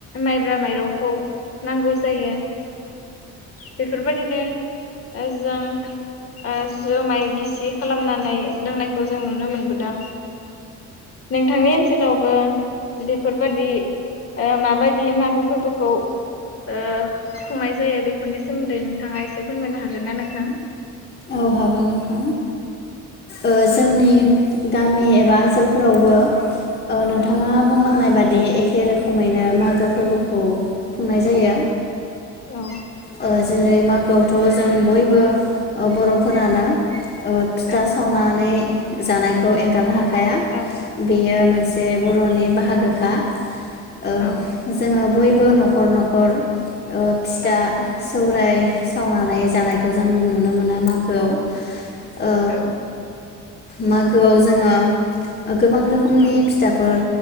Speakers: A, on the left; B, on the left.
A: माइब्रा माइरंखौ नांगौ जायो बेफोरबायदिनो ओ जा ओ जुमाय गिसि खालामनानै लोंनायखौ जों नुनो मोनबोदों नोंथांनि ओनसोलावबो बेफोरबादि ओ माबायदि मागो फोरबोखौ ओ खुंनाय जायो बेफोरनि सोमोन्दै नोंथाङा एसे फोरमायनो हागोन ना नोंथां? <inaudible>
B: औ हागोन नोंथां ओ जोंनि गामि एबा ओनसोलफोरावबो औ नोंथाङा
A: औ
B: बुंलांनाय बादि बिदि एखे रोखोमैनो मागो फोरबोखौ खुंनाय जायो
A: औ
B: ओ जेरै मागोआवथ' जों बयबो बर'फोरानो ओ फिथा
A: औ
B: सावनानै जानायखौ एंगारनो हाया
A: औ
B: बेयो मोनसे बर'नि बा बाहागोखा ओ
A: औ
B: जोङो बयबो बो न'खर न'खर ओ फिथा
A: औ
B: सौराय सावनानै जानायखौ जों नुनो मोनो मागोआव ओ
A: औ
B: मागोआव जोङो गोबां रोखोमनि
A: औ
B: फिथाफोर